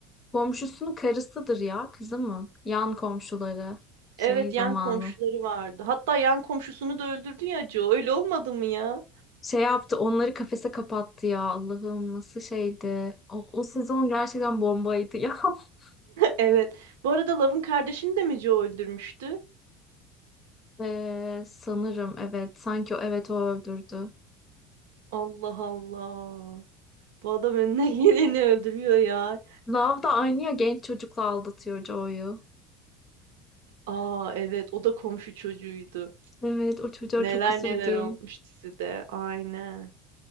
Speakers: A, on the left; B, on the right.
A: Komşusunun karısıdır ya kızı mı? Yan komşuları. Şey
B: Evet
A: zamanı.
B: yan komşuları vardı. Hatta yan komşusunu da öldürdü ya Joe. Öyle olmadı mı ya?
A: Şey yaptı onları kafese kapattı ya Allah'ım nasıl şeydi. O, o sezon gerçekten bombaydı ya. <laughs>
B: Evet. Bu arada Love'ın kardeşini de mi Joe öldürmüştü?
A: Ee, sanırım evet sanki o evet o öldürdü.
B: Allah Allah. Bu adam önüne <laughs> geleni öldürüyor ya.
A: Love da aynı ya genç çocukla aldatıyor Joy'u.
B: Aa evet o da komşu çocuğuydu.
A: Evet o çocuğa
B: Neler
A: çok üzüldüm.
B: neler olmuş dizide. Aynen.